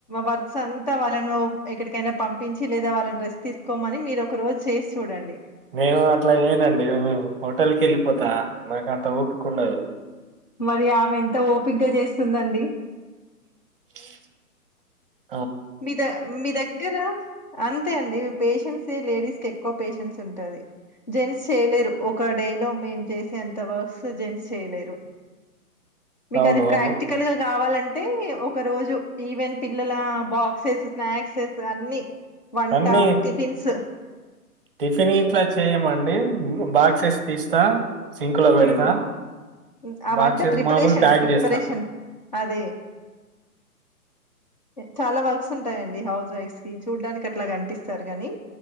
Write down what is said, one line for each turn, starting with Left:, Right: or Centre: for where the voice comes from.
Left: వర్క్స్ అంతా వాళ్ళను ఎక్కడికైనా పంపించి లేదా వాళ్ళని రెస్ట్ తీసుకోమని మీరు ఒక రోజు చేసి చూడండి
Right: నేను అట్లా చేయనండి హోటల్ కెల్లిపోత నాకంత ఓపికుండదు
Left: మరి ఆమె ఎంత ఓపిగ్గ చేస్తుందండి
Right: ఈ <unintelligible> <inaudible>
Left: మీ ద మీ దగ్గర అంతే అండి పేషెన్సే లేడీస్కెక్కువ పేషెన్స్ ఉంటంది జెంట్స్ చేయలేరు ఒక్క డే లో మేం చేసే అంత వర్క్స్ జెంట్స్ చేయలేరు మీకది
Right: అవును
Left: ప్రాక్టికల్
Right: అవును
Left: గా గావాలంటే ఒక రోజు ఈవెన్ పిల్లల బాక్సెస్ స్నాక్సెస్ అన్ని వంట
Right: అన్నీ
Left: టిఫిన్స్
Right: టిఫిన్ ఇంట్లో చెయ్యమండి బాక్సెస్ తీస్తా సింక్ లో పెడతా
Left: హ్మ్. హ్మ్. అవంటే
Right: బాక్సెస్
Left: ప్రిపరేషన్,
Right: మామూలు ప్యాక్
Left: ప్రిపరేషన్
Right: చేస్తా
Left: అదే చాలా వర్క్స్ ఉంటాయండి హౌస్ వైఫ్ కి చూడ్డానికి అట్లా కనిపిస్తారు కాని